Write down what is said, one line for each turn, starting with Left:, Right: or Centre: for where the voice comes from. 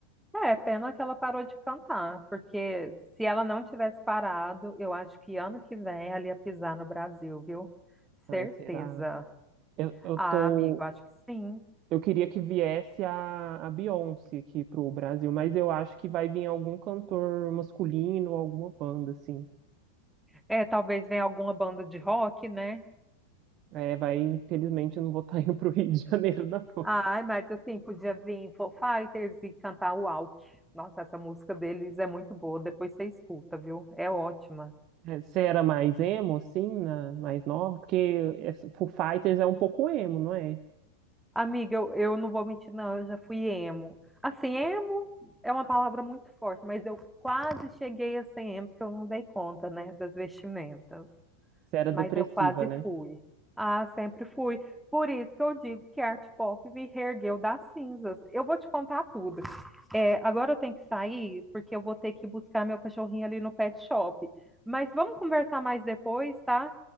Centre: É, pena que ela parou de cantar, porque se ela não tivesse parado, eu acho que ano que vem ela ia pisar no Brasil, viu?
Right: Ai,
Centre: Certeza.
Right: será? Eu, eu
Centre: Ah,
Right: tô.
Centre: amigo, acho que sim.
Right: Eu queria que viesse a, a Beyoncé aqui pro Brasil, mas eu acho que vai vir algum cantor masculino, alguma banda, assim.
Centre: É, talvez venha alguma banda de rock, né?
Right: É, vai, infelizmente, eu não vou estar <laughs> indo pro Rio de Janeiro, não.
Centre: Ai, Marta, assim, podia vir Foo Fighters e cantar Walk. Nossa, essa música deles é muito boa, depois você escuta, viu? É ótima.
Right: É, Você era mais emo, assim, na, mais nova? Porque essa- Foo Fighters é um pouco emo, não é?
Centre: Amiga, eu, eu não vou mentir, não, eu já fui emo. Assim, emo é uma palavra muito forte, mas eu quase cheguei a ser emo, porque eu não dei conta, né, das vestimentas.
Right: Você era
Centre: mas
Right: depressiva,
Centre: eu quase
Right: né?
Centre: fui. Ah, sempre fui. Por isso que eu digo que a arte pop me reergueu das cinzas. Eu vou te contar tudo. É, agora eu tenho que sair, porque eu vou ter que buscar meu cachorrinho ali no pet shop. Mas vamos conversar mais depois, tá?